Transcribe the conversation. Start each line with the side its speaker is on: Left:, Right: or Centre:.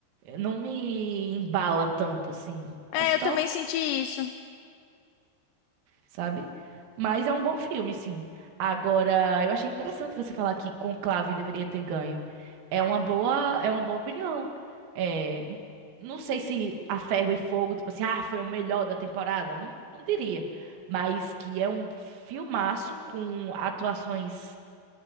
Right: Não me embala tanto, assim. Acho
Left: É, eu
Right: tão
Left: também senti isso.
Right: sabe? Mas é um bom filme, sim. Agora, eu achei interessante você falar que Conclave deveria ter ganho. É uma boa, é uma boa opinião. É, n- não sei se A Ferro e Fogo, tipo assim, ah, foi o melhor da temporada. Não, não diria. Mas que é um filmaço com atuações